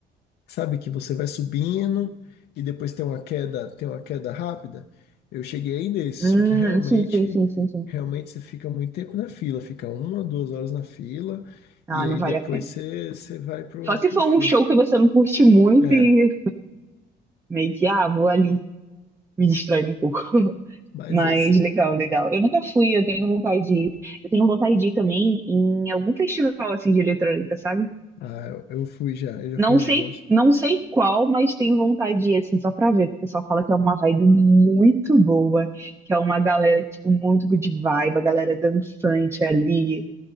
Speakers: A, on the left; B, on the right.
A: sabe que você vai subindo e depois tem uma queda, tem uma queda rápida. Eu cheguei aí nesse,
B: Hum,
A: só que realmente,
B: sim, sim, sim, sim, sim.
A: realmente você fica muito tempo na fila, fica uma, duas horas na fila,
B: Ah,
A: e aí
B: não vale
A: depois
B: a pena.
A: você, você vai pro,
B: Só se
A: pro
B: for
A: show.
B: um show que você não curte muito
A: É,
B: e meio que, ah, vou ali, me distrair um pouco. <laughs>
A: mas
B: Mas
A: aí você.
B: legal, legal. Eu nunca fui, eu tenho vontade de ir. Eu tenho vontade de ir também em algum festival assim de eletrônica, sabe?
A: Ah, eu, eu fui já, eu já
B: Não
A: fui em
B: sei,
A: alguns.
B: não sei qual, mas tenho vontade de ir assim só pra ver, que o pessoal fala que é uma vibe muito boa, que é uma galera tipo muito good vibe, a galera dançante ali.